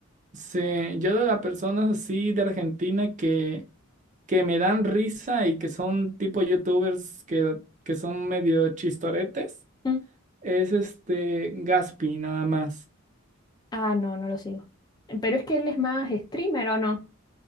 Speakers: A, on the right (about 35°); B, on the left (about 20°).
A: sí, yo de las personas así de Argentina que, que me dan risa y que son tipo youtubers que, que son medio chistoretes.
B: Mm.
A: Es este Gaspi, nada más.
B: Ah, no, no lo sigo. Pero es que él es más streamer, ¿o no?